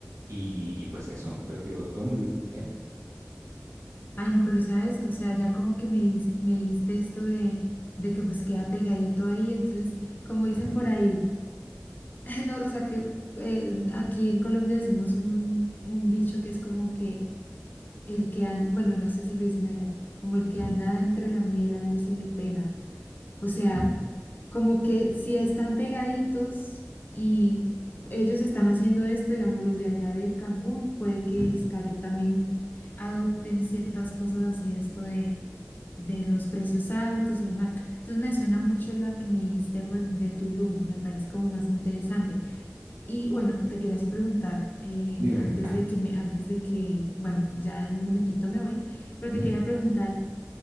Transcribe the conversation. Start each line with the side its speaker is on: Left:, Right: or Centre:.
Right: y, y pues eso, pero te digo, todo muy bien.
Left: Ay, no, pero sabes, o sea, ya como que me, dis- me dijiste esto de, de que pues queda pegadito ahí, entonces, como dicen
Right: Ujú,
Left: por ahí, <laughs> no, o sea, que eh, aquí
Right: ujú,
Left: en Colombia decimos un, un dicho que es como que el que anda, bueno, no sé si lo dicen allá, como el que
Right: ujú,
Left: anda entre la miel algo se le pega. O sea...
Right: ujú,
Left: como que si están pegaditos y
Right: ujú,
Left: ellos están haciendo esto, digamos, los de allá de Cancún, puede que
Right: ujú.
Left: Xcaret también adopten ciertas cosas así, esto de, de los precios altos y demás. Entonces me suena mucho la que me dijiste, pues, de Tulum, me parece como más interesante. Y bueno, te quería así preguntar, eh,
Right: Dime,
Left: antes
Right: dime. Ajá.
Left: de que me, antes de que, bueno,
Right: ujú,
Left: ya en un momentito me voy, pero
Right: ujú,
Left: te quería preguntar,